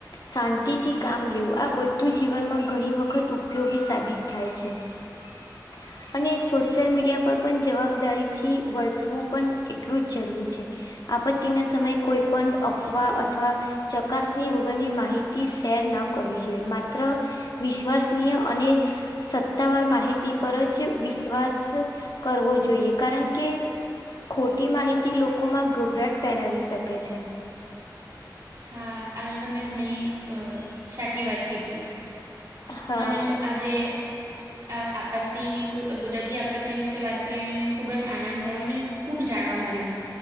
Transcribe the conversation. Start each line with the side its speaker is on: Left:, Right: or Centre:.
Left: શાં તિથી કામ લેવું આ બધું જીવનમાં ઘણી વખત ઉપયોગી સાબિત થાય છે. <inaudible> અને સોશિયલ મીડિયા પર પન જવાબદારીથી વર્તવું પન એટલું જ જરૂરી છે. આપત્તિના સમયે કોઈ પન અફવા અથવા ચકાસની વગરની માહિ તી શેર ન કરવી જોઈએ માત્ર વિશ્વસનીય અને સત્તાવાર માહિતી પર જ વિશ્વાસ કરવો જોઈએ કારણ કે ખોટી માહિતી લોકોમાં ગભરાટ ફેલાવી શકે છે.
Right: હા આ તો તમે ઘણી અ સાચી વાત કીધી
Left: હા
Right: મને તો આજે આ આપત્તિ કુદરતી આપત્તિ વિશે વાત કરીને ખુબ જ આનંદ થયો ને ખુબ જાણવા મલ્ય.